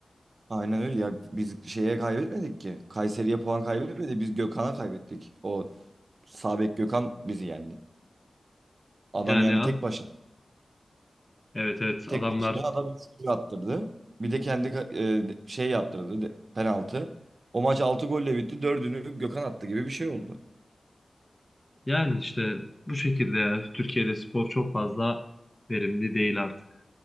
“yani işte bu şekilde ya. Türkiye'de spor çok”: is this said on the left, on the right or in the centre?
Left